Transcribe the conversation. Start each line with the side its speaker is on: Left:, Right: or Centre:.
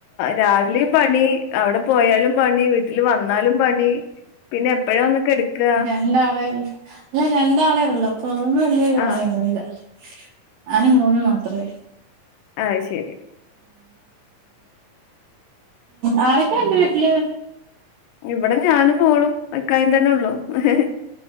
Left: രാവിലെയും പണി അവിടെ പോയാലും പണി വീട്ടിൽ വന്നാലും പണി പിന്നെ എപ്പഴാ ഒന്ന് കിടക്കാ
Right: രണ്ടാളെള്ള അല്ല രണ്ടാളേ ഉള്ളു അപ്പൊ അതൊന്നും വല്ലരു കാണണ്ട്
Left: ആഹ്
Right: ഞാനും മോനും മാത്രമേ
Left: ആയ്ശെരി
Right: ആരൊക്കെ എണ്ട് വീട്ടില്
Left: ഇവിടെ ഞാനും പോളും ഇക്കായു തന്നെ ഉള്ളൂ <unintelligible>